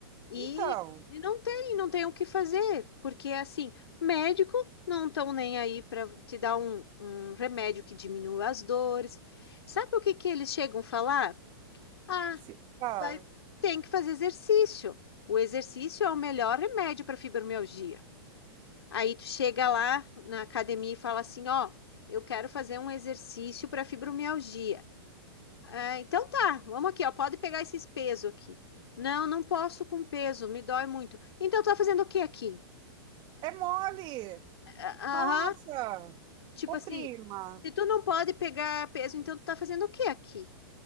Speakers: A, on the left; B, on the right.
A: E,
B: Então,
A: e não tem, não tem o que fazer, porque assim, médico não estão nem aí para te dar um, um remédio que diminua as dores. Sabe o que que eles chegam a falar? Ah,
B: se fala.
A: vai- tem que fazer exercício. O exercício é o melhor remédio para fibromialgia. Aí tu chega lá na academia e fala assim, ó, eu quero fazer um exercício para fibromialgia. Ah, então tá, vamos aqui, ó, pode pegar esses pesos aqui. Não, não posso com peso, me dói muito. Então tá fazendo o que aqui?
B: É mole!
A: Ah,
B: Nossa!
A: Aham, tipo
B: Ô,
A: assim,
B: prima!
A: se tu não pode pegar peso, então tu tá fazendo o que aqui?